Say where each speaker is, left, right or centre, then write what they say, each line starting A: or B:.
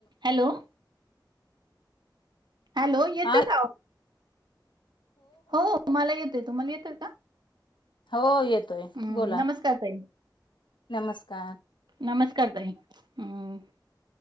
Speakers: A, on the right; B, on the left.
A: Hello hello येतोय
B: हा
A: का. हो मला येतोय. तुम्हाला येतय का?
B: हो येतोय
A: हम्म
B: बोला
A: नमस्कार ताई.
B: नमस्कार
A: नमस्कार ताई हम्